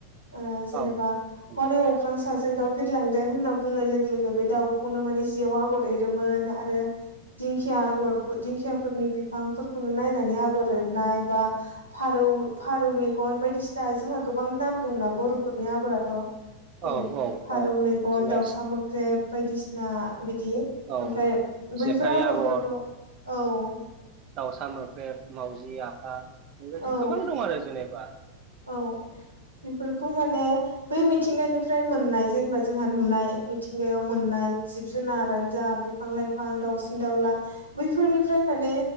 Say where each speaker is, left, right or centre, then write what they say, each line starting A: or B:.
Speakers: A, on the right; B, on the right.
A: ओ जेनेबा
B: आरो
A: हनै
B: औ
A: अख्रां साजों जों दाउ बिरलांदों होनना बुंनाय लोगो लोगो बे दाउखौनो माने जियाव आगर एरोमोन आरो। दिंखिया आगरफो दिंखियाफोरनि बिफांफोरखौनो नायनानै आगर एरनाय बा फारौ फारौ मेगन बायदिसिना जोंहा गोबां नाम दंना बर'फोरनि आगराथ' जेरै
B: औ औ
A: फारौ
B: औ
A: मेगन
B: बिदिनो
A: दाउसा मोख्रेब बायदिसिना बिदि
B: औ
A: ओमफ्राय बैफोर
B: जेखाइ
A: आगरफोरखौ
B: आगर
A: औ
B: दाउसा मोख्रेब मावजि आफा बेबादि
A: औ
B: गोबां दं आरो जेनेबा
A: औ बेफोरखौ माने बै मिथिंगानिफ्राय मोननाय जेनेबा जोंहा नुनाय मिथिंगायाव मोननाय जिब जुनारानो जा बिफां लाइफां, दाउसिन दाउला बैफोरनिफ्राय माने